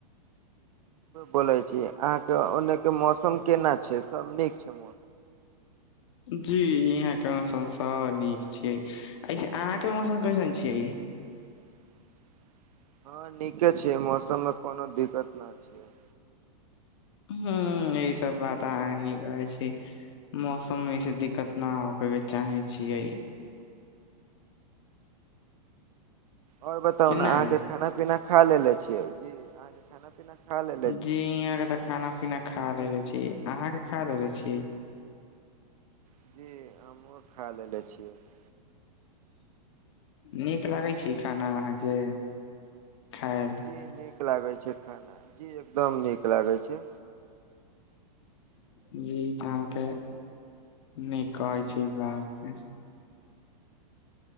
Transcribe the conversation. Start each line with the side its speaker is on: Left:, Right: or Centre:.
Right: बोलै छी अहाँके ओन्नेके मौसम केना छै सभ नीक छै।
Left: जी यहाँ केँ मौसम सभ निक छियै। <unintelligible> अहाँके मौसम <unintelligible> छिये
Right: <inaudible> हँ निके छै मौसम मे कोनो दिक्कत नहि छै।
Left: हूं ई तऽ बात अहाँ केँ निक कहै छी। मौसम मे ऐसे दिक्कत न होई के चाहे छियै।
Right: आओर बताउ
Left: कि
Right: ने
Left: ना
Right: अहाँ केँ खाना पीना खा लेले छियै कि अहाँ के खाना पीना खा लेने
Left: जी यहाँ के तऽ खाना पीना खा लेने छी अहाँ के खा लेने छी।
Right: <unintelligible>
Left: निक लागै छै खाना अहाँके खायल।
Right: जी निक लागै छै खाना जी एकदम निक लागै छै।
Left: <unintelligible>